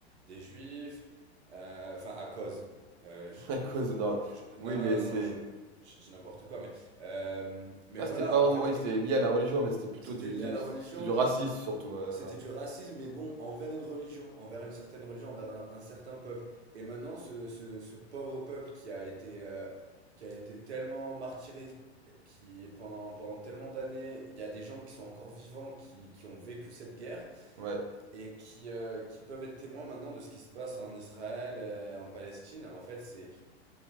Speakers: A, on the right; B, on the right.
A: des Juifs, euh, enfin à cause, euh, je,
B: <laughs> à cause,
A: je-
B: non,
A: je- je- non,
B: oui,
A: non,
B: mais
A: non,
B: c'est
A: non, je, je dis n'importe quoi, mais, euh, mais
B: Là,
A: voilà,
B: c'était pas vraiment,
A: en fait,
B: oui, c'était
A: et-
B: lié à la religion, mais c'était plutôt
A: c'était
B: du,
A: lié
B: du-
A: à la
B: c'était
A: religion,
B: du racisme
A: voilà.
B: surtout, euh,
A: C'était
B: là.
A: du racisme, mais bon, envers une religion, envers une certaine religion, envers un, un certain peuple. Et maintenant, ce, ce- ce pauvre peuple qui a été, euh, qui a été tellement martyrisé, qui pendant, pendant tellement d'années, il y a des gens qui sont encore vivants, qui, qui ont vécu cette guerre,
B: Ouais.
A: et qui, euh, qui peuvent être témoins maintenant de ce qui se passe en Israël, euh, en Palestine. En fait, c'est